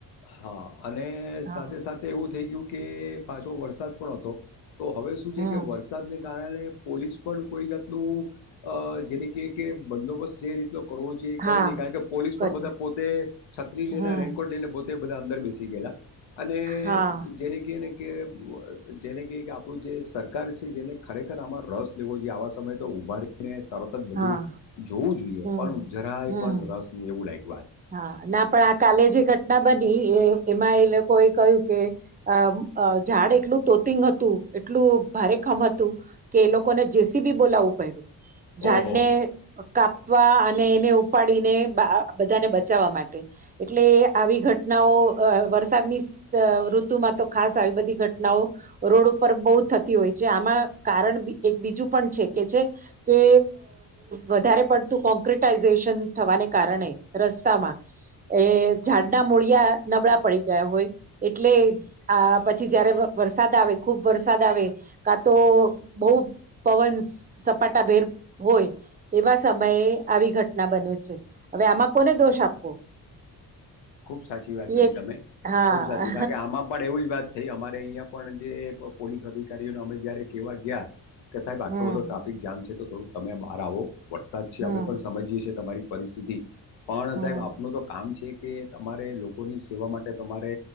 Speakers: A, on the left (about 80°); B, on the right (about 20°).
A: હા અને
B: હા
A: સાથે સાથે એવું થઈ ગયું કે પાછો વરસાદ પણ હતો તો હવે શું છે
B: હમ
A: કે વરસાદને કારણે પોલીસ પણ કોઈ જાતનું જેને ક કે બંદોબસ્ત જે રીતનો કરવો જોઈએ
B: હા
A: કરે નહી કારણ કે પોલીસ
B: કરીને
A: પણ બધા પોતે છત્રી લઈને
B: હમ
A: રેનકોટ લઈને બધા અંદર બેસી ગયેલા અને
B: હા
A: જેને ક ને કે જેને ક કે આપણું જે સરકાર છે જેને ખરેખર આમાં રસ લેવો જોઈએ આવા સમયે તો ઉાને તરત જ બધું
B: હા
A: જોવું જોઈએ
B: હમ
A: પણ જરાય
B: હમ
A: પણ રસ ને એવું લાગ
B: હા ના પણ આ કાલે જે ઘટના બની એ એમાં એ લોકો એ કહ્યું કે અ ઝાડ એટલું તો હતું એટલું ભારે કામ હતું કે એ લોકોને જેસી બી બોલાવવું પડ્યું. ઝાડને
A: ઓહોહો
B: કાપવા અને એને ઉપાડીને, બધાને બચાવવા માટે એટલે આવી ઘટનાઓ વરસાદની ઋતુમાં તો ખાસ આવી બધી ઘટનાઓ રોડ ઉપર બહ થતી હોય છે આમાં કારણ એક બીજું પણ છે. છે કે વધારે પડતું કોંક્રિટાઈઝેશન થવાને કારણે રસ્તામાં એ ઝાડના મૂળિયા નબળા પડી ગયા હોય એટલે આ પછી જયારે વરસાદ આવે ખુબ વરસાદ આવે કા તો બહ, પવન સપાટાભેર હોય એવા સમયે આવી ઘટના બને છે હવે આમાં કોને દોષ આપવો
A: ખુબ સાચી વાત
B: એ
A: કરી
B: એક
A: તમે
B: હા
A: ખુબ સાચી કારણ કે આમાં પણ એવું જ વાત તે અમારે અહિયાં પણ જે પોલીસ અધિકારીઓને અમે જયારે કેવા ગયા. કે સાહેબ આટલો
B: હમ
A: બધો ટ્રાફિક જામ છે તો થોડુંક તમે બહાર આવો વરસાદ છે
B: હમ
A: અમે પણ સમજીએ છી તમારી પરિસ્થિતિ પણ
B: હમ
A: સાહેબ આપનું તો કામ છે કે તમારે લોકોની સેવા માટે તમારે